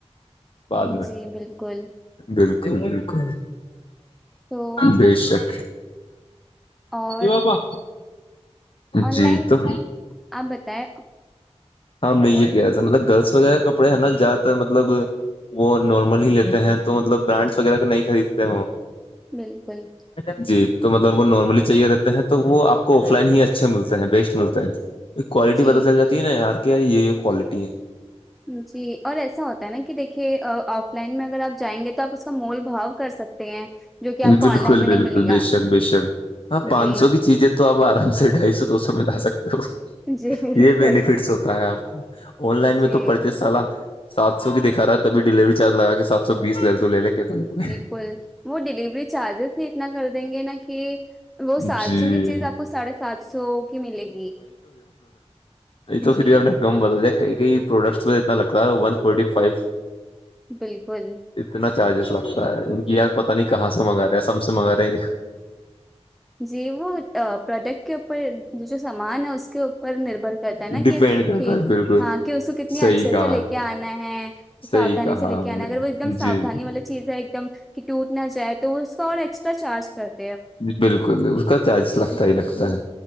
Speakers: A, on the left; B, in the centre.
A: بعد
B: جی
A: میں
B: جی بالکل
A: بالکل بالکل
B: تو
A: بے شک
B: اور
A: بابا
B: آن
A: جی
B: لائن
A: تو
B: آپ بتائیں
A: ہاں میں یہ کہ رہ تھا مطلب گرلس وغیرہ کپڑے ہیں نا زیاد تر مطلب وہ نارمل ہی لیتے ہیں تو مطلب برانڈس وغیرہ کے نہیں خریدتے
B: بالکل
A: جی تو مطلب ان نارملی چاہیے رہتا ہے تو وہ آپ کو آف لائن ہی اچھا ملتا ہے بیسٹ ملتا ہے کوالٹی
B: جی
A: پتہ چل جاتی ہے نا آار کے یہ کوالٹی ہے
B: جی اور ایسا ہوتا ہے نا کہ دھیے آف لائن میں اگر آپ جائیں گے تو آپ اس کا مول بھا کر سکتے ہیں جو کہ آپ کو
A: بالکل
B: آن لائن میں
A: بالکل
B: نہیں ملے گا
A: بے شنک بے شنک ہاں پانچ
B: جی
A: سو کی چیزیں تو آپ آرام سے ڈھائی سو تو سو م لا سکتے
B: جی بالکل
A: یہ بینیفٹس ہوتا ہے آپ کو آن
B: جی
A: لائن میں تو پرڑچس سال سات سو کی دکھا رہا ہے تب ڈلیوری چارج لگا کے سات سو بیس لے ل تو لے لے کیا کر لے
B: کل وہ ڈیلیوری چارجز ہی اتنا کر دیں گے نا کہ
A: گے.
B: وہ سات
A: جی
B: سو کی چیز آپ کو ساڑھے سات سو کی ملے گی
A: نہیں تو
B: جی
A: پھر بھی اپ نے کم بدل دیا کئی کئی پروڈکٹس میں اتنا لگتا ہے ون فورٹی فائیو
B: بالکل
A: اتنا چارجز لگتا ہے ان کی یار پتاہ نہیں کہاں سے منگا رہے ہیں سم سے منگا رہیں گے
B: جی وہ پروڈکٹ کے اوپر جو سامان ہے اس کے اوپر نربر کرتا ہے نا
A: ڈپینڈ
B: کہ
A: کرتا ہے بالکل
B: ہاں کہ اس کو کتنی
A: صحیح
B: اچھے
A: کہا
B: سے لے کے آنا ہے
A: صحیح
B: سادانی
A: کہا
B: سے لے کے
A: آپ
B: آنا
A: نے
B: ہے اگر وہ ایک دم سادانی
A: جی
B: والے چیز ہے ایک دم کہ ٹوٹ نہا جائے تو اس کا اور ایکسٹرا چارج کرتا
A: جی بالکل اس کا چارجز لگتا ہی لگتا ہے